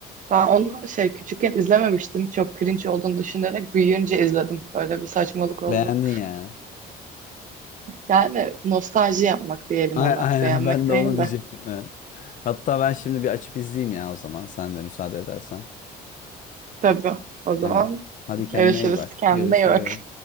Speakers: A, on the right (about 50°); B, on the left (about 50°).
A: ben onu şey küçükken izlememiştim. Çok cringe olduğunu düşünerek büyüyünce izledim. Böyle bir saçmalık oldu.
B: Beğendin yani.
A: Yani nostalji yapmak
B: <laughs>
A: diyelim
B: Ay-
A: ona.
B: Aynen
A: Beğenmek
B: ben de
A: değil
B: onu diyecektim.
A: de.
B: Evet. Hatta ben şimdi bir açıp izleyeyim ya o zaman sen de müsaade edersen.
A: Tabii. O zaman
B: Tamam. Hadi kendine
A: görüşürüz.
B: iyi bak.
A: Kendine
B: Görüşürüz.
A: iyi bak.